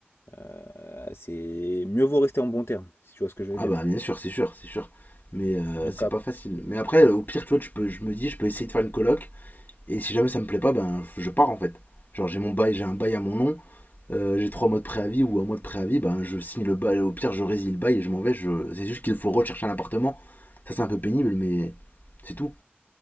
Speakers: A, on the left; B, on the left.
A: heu, c'est mieux vaut rester en bon terme, si tu vois ce que je veux
B: Ah
A: dire.
B: bah, bien sûr, c'est sûr, c'est sûr. Mais euh,
A: Donc
B: c'est
A: ap
B: pas facile. Mais après, au pire, tu vois, tu peux, je me dis, je peux essayer de faire une coloc, et si jamais ça me plaît pas, ben je pars en fait. Genre, j'ai mon bail, j'ai un bail à mon nom, euh, j'ai trois mois de préavis ou un mois de préavis, ben je signe le bail, au pire je résile le bail et je m'en vais. Je... C'est juste qu'il faut rechercher un appartement. Ça c'est un peu pénible, mais c'est tout.